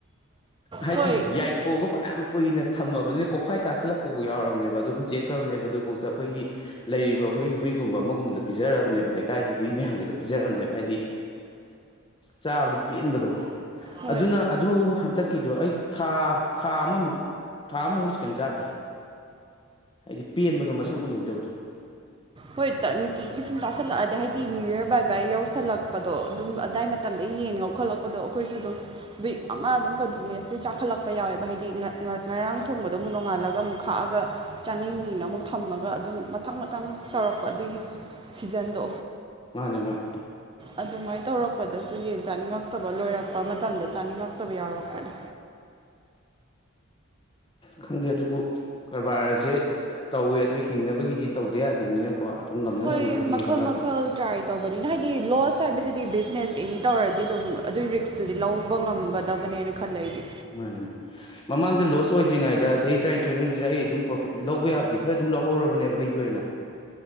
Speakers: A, on the left; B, on the right.
A: ꯍꯥꯏꯗꯤ
B: ꯍꯣꯏ
A: ꯌꯥꯏꯊꯣꯛꯑꯒ ꯐꯅꯌꯥꯝ ꯀꯨꯏꯅ ꯊꯝꯃꯕꯅꯤꯅ ꯀꯣꯐꯥꯏ ꯀꯥꯁꯜꯂꯛꯄ ꯐꯥꯎ ꯌꯥꯎꯔꯕꯅꯦꯕ ꯑꯗꯨ ꯍꯨꯟꯁꯦꯛꯈ꯭ꯔꯕꯅꯦꯕ ꯑꯗꯨꯐꯥꯎꯗ ꯑꯩꯈꯣꯏꯒꯤ ꯂꯩꯔꯤꯕ ꯑꯩꯈꯣꯏꯒꯤ ꯍꯨꯏꯒꯨꯝꯕ ꯑꯃꯒꯨꯝꯕꯗ ꯄꯤꯖꯔꯕꯅꯦꯕ ꯂꯩꯀꯥꯏꯒꯤ ꯍꯨꯏ ꯃꯌꯥꯝꯗ ꯄꯤꯖꯔꯝꯅꯦꯕ ꯍꯥꯏꯗꯤ ꯆꯥꯕꯗ ꯄꯦꯟꯕꯗꯣ
B: ꯍꯣꯏ
A: ꯑꯗꯨꯅ ꯑꯗꯨ ꯍꯟꯇꯛꯀꯤꯗꯣ ꯑꯩ ꯊꯥ ꯊꯥ ꯑꯃꯃꯨꯛ ꯊꯥ ꯑꯃꯃꯨꯛ ꯆꯤꯛꯀꯟ ꯆꯥꯗꯦꯌ ꯍꯥꯏꯗꯤ ꯄꯦꯟꯕꯗꯣ ꯃꯁꯛ ꯎꯅꯤꯡꯗꯕꯗꯣ
B: ꯍꯣꯏ ꯇꯟ ꯅꯨꯡꯇꯤꯒꯤ ꯁꯨꯝ ꯆꯥꯥꯁꯜꯂꯛ ꯑꯗꯤ ꯍꯥꯏꯗꯤ ꯅꯤꯌꯨ ꯌꯔ ꯕꯥꯏ ꯕꯥꯏ ꯌꯧꯁꯜꯂꯛꯄꯗꯣ ꯑꯗꯨꯝ ꯑꯗꯥꯏ ꯃꯠ ꯃꯇꯝꯗꯩ ꯌꯦꯟ ꯉꯧꯈꯠꯂꯛꯄꯗꯣ ꯑꯩꯈꯣꯏꯁꯨ ꯑꯗꯨꯝ ꯋꯤꯛ ꯑꯃ ꯑꯗꯨꯝ ꯀꯟꯇꯤꯅ꯭ꯨꯁꯂꯤ ꯆꯥꯈꯠꯂꯛꯄ ꯌꯥꯎꯋꯦꯕ ꯍꯥꯏꯗꯤ ꯉꯥ ꯉꯥ ꯉꯥꯔꯥꯡ ꯊꯣꯡꯕꯗꯣ ꯑꯃꯨꯛ ꯅꯣꯡꯉꯥꯜꯂꯒ ꯑꯃꯨꯛ ꯈꯥꯛꯑꯒ ꯆꯥꯅꯤꯡꯅꯤꯅ ꯑꯃꯨꯛ ꯊꯝꯃꯒ ꯑꯗꯨꯝ ꯃꯊꯪ ꯃꯊꯪ ꯇꯧꯔꯛꯄ ꯑꯗꯨꯒꯤ ꯁꯤꯖꯟꯗꯣ
A: ꯃꯥꯅꯦ ꯃꯥꯅꯦ
B: ꯑꯗꯨꯃꯥꯏꯅ ꯇꯧꯔꯛ ꯄꯗꯁꯨ ꯌꯦꯟ ꯆꯥꯅꯤꯡꯉꯛꯇꯕ ꯂꯣꯏꯔꯛꯄ ꯃꯇꯝꯗ ꯆꯥꯅꯤꯡꯉꯛꯇꯕ ꯌꯥꯎꯔꯛꯄꯅꯦ
A: ꯈꯪꯗꯦ ꯑꯗꯨꯕꯨ ꯀꯔꯕꯥꯔꯑꯖꯦ ꯇꯧꯋꯦ ꯑꯗꯨ ꯍꯤꯡꯅꯕꯒꯤꯗꯤ ꯇꯧꯗ ꯌꯥꯗꯕꯅꯤꯅꯀꯣ ꯑꯗꯨꯝ ꯉꯝꯅ
B: ꯍꯣꯏ
A: ꯉꯝꯅꯕꯗꯤ
B: ꯃꯈꯜ
A: ꯍꯣꯠꯅꯕ
B: ꯃꯈꯜ ꯇ꯭ꯔꯥꯏ ꯇꯧꯕꯅꯤꯅ ꯍꯥꯏꯗꯤ ꯂꯣꯁ ꯍꯥꯏꯕꯁꯤꯗꯤ ꯕꯤꯖꯤꯅꯦꯁ ꯑꯦꯅꯤ ꯇꯧꯔꯗꯤ ꯑꯗꯨꯝ ꯑꯗꯨꯏ ꯔꯤꯛꯁ ꯗꯨꯨꯗꯤ ꯂꯧꯕ ꯉꯝꯒꯗꯕꯅꯦꯅ ꯈꯜꯂꯦ ꯑꯩꯗꯤ
A: ꯃꯥꯅꯦ ꯃꯥ ꯃꯃꯥꯡꯗ ꯂꯣꯁ ꯑꯣꯏꯗ꯭ꯔꯤꯉꯩꯗ ꯆꯍꯤ ꯇꯔꯥꯅꯤꯊꯣꯏꯃꯨꯖꯤꯗ ꯑꯩ ꯑꯗꯨꯝ ꯄ꯭ꯔꯣꯐꯤꯠ ꯂꯧꯕ ꯌꯥꯕꯗꯤ ꯈꯔ ꯑꯗꯨꯝ ꯂꯧꯍꯧꯔꯕꯅꯦꯕ ꯑꯩꯒꯤ ꯑꯣꯏꯅ